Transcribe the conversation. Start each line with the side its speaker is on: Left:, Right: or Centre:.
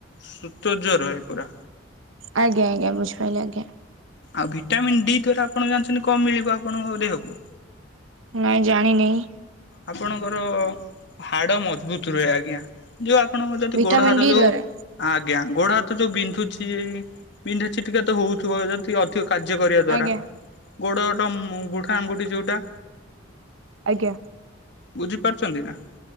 Left: ସୁତର୍ଯ୍ୟ ରହେ ପୁରା।
Right: ଆଜ୍ଞା ଆଜ୍ଞ ବୁଝିପାଇଲି ଆଜ୍ଞା।
Left: ଆଉ ଭିଟାମିନ୍ ଡି ଦ୍ଵାରା ଆପଣ ଜାଣିଚନ୍ତି କଁ ମିଳିବ ଆପଣଙ୍କ ଦେହକୁ?
Right: ନାଇଁ ଜାଣିନାଇଁ।
Left: ଆପଣଙ୍କର ହାଡ଼ ମଜବୁତ ରୁହେ ଆଜ୍ଞା ଯୋଉ। ଆପଣଙ୍କ ଯଦି
Right: ଭିଟାମିନ୍
Left: ଗୋଡ଼ ହାତ
Right: ଡି
Left: ଯୋଉ।
Right: ଦ୍ଵାରା
Left: ଆଜ୍ଞା ଗୋଡ଼ ହାତ ଯୋଉ ବିନ୍ଧୁଛି ବିନ୍ଧୁଛି ଟିକେ ତ ହଉଥିବ ଯଦି ଅଧିକ। କାର୍ଯ୍ୟ କରିବା ଦ୍ଵାରା
Right: ଆଜ୍ଞା
Left: ଗୋଡ଼ ର ବୁଢ଼ାଆଙ୍ଗୁଠି ଯେଉଟା।
Right: ଆଜ୍ଞା।
Left: ବୁଝିପାରୁଛନ୍ତି ନା?